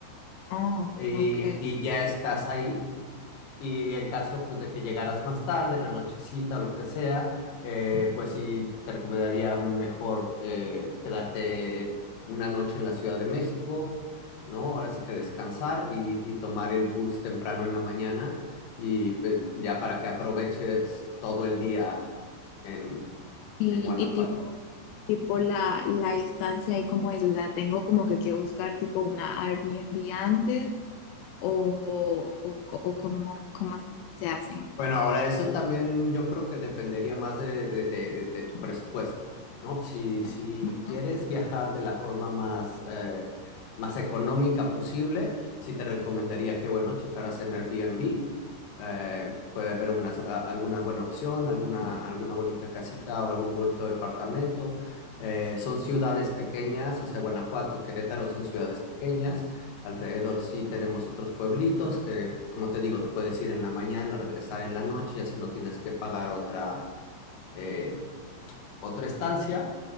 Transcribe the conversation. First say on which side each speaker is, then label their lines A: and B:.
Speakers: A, on the left; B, on the left.
A: Ah,
B: y,
A: ok.
B: y ya estás ahí. Y en caso pues, de que llegaras más tarde, en la nochecita o lo que sea, eh, pues sí, te recomendaría mejor eh, quedarte una noche en la Ciudad de México, ¿no? Ahora sí que descansar y, y tomar el bus temprano en la mañana y pues, ya para que aproveches todo el día en,
A: Y,
B: en Guanajuato.
A: y tipo, tipo la, la estancia y como es, o sea, tengo como que que buscar tipo una Airbnb antes o, o, co- o cómo, cómo se hace.
B: Bueno, ahora eso también yo creo que dependería más de, de- de- de tu presupuesto, ¿no? Si, si
A: Ujú.
B: quieres viajar de la forma más, eh, más económica posible, sí te recomendaría que, bueno, checaras en Airbnb. eh, puede haber una, a- alguna buena opción, alguna, alguna bonita casita o algún bonito departamento. Eh, son ciudades pequeñas, o sea, Guanajuato, Querétaro son ciudades pequeñas. Alrededor sí tenemos otros pueblitos que, como te digo, te puedes ir en la mañana, regresar en la noche, y así no tienes que pagar otra, eh, otra estancia,